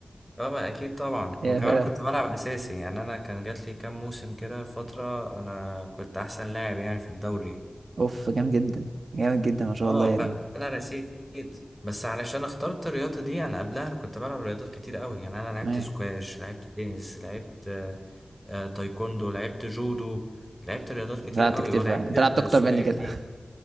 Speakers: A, in the centre; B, on the right.
A: طبعا اكيد طبعا
B: <laughs> يا
A: وكمان
B: فرقة
A: كنت بلعب اساسي يعني انا كان جات لي كام موسم كده فتره انا كنت احسن لاعب يعني في الدوري
B: اوف جامد جدا جامد جدا ما شاء
A: اه
B: الله يا
A: فانا
B: ابني
A: رسيت بس علشان اخترت الرياضه دي انا قبلها كنت بلعب رياضات كتير قوي يعني انا لعبت
B: ايوه
A: سكواش لعبت تنس لعبت آه، آه، تايكوندو لعبت جودو لعبت رياضات كتير
B: أنت لعبت
A: قوي
B: كتير
A: ولعبت
B: فعلا انت
A: الثلاثي
B: لعبت اكتر مني كده